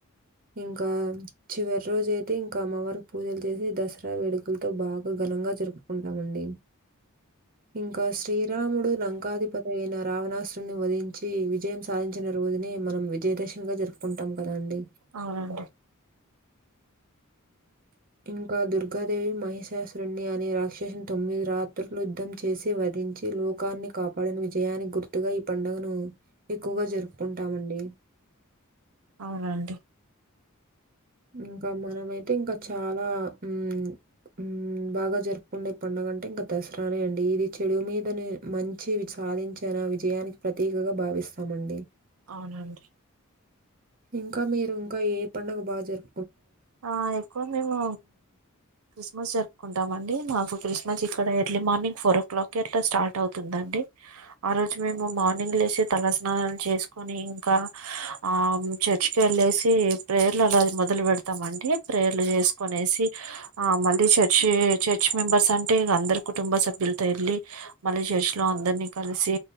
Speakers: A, on the right; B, on the right.
A: ఇంకా చివరి రోజు అయితే ఇంకా అమ్మవారికి పూజలు చేసి దసరా వేడుకలతో బాగా ఘనంగా జరుపు కుంటామండి ఇంకా శ్రీరాముడు లంకాధిపతి అయిన రావణాసుుని వధించి విజయం సాధించిన ఆ రోజుని మనం విజయదశమి గా జరుపుకుంటాం కదా అండి
B: అవునండి
A: ఇంకా దుర్గాదేవి మహిషాసురున్ని అనే రాక్షసుని తొమ్మిది రాత్ యుద్ధం చేసి వధించి లో కాన్ని కాపాడిని విజయానికి గుర్తుగా ఈ పండుగను ఎక్కువగా జరుపుకుంటామండి
B: అవునండి
A: ఇంకా మనమైయితే ఇంకా చాలా మ్మ్ మ్మ్ బాగా జరుపుకుండే పండుగ అంటే ఇంకా దసరానే అండి ఇది చెడు మీదని మంచి వి సాధించ నా విజయానికి ప్రతీకగా భావిస్తామండి
B: అవునండి
A: ఇంకా మీరు ఇంకా ఏ పండగ బాగా జరు
B: ఆ ఎక్కువ మేము క్రిస్మస్ జరుపుకుంటాం అండి మాకు క్రిస్మస్ ఇక్కడ early morning four o'clock ఎట్లా స్టార్ట్ అవుతుందండి ఆ రోజు మేము మార్నింగ్ లేసి తలస్నానాలు చేసుకుని ఇంకా ఆ చర్చ్ కెళ్ళేసి ప్రేయర్లు అలాది మొదలు పెడత మండి ప్రేయర్లు చేసుకునేసి ఆ మళ్ళీ చర్చి చర్చ్ మెంబర్స్ అంటే అంటే అందరు కుటుంబ సభ్యులతో వెళ్ళి మళ్ళీ చర్చి లో అందరినీ కలిసి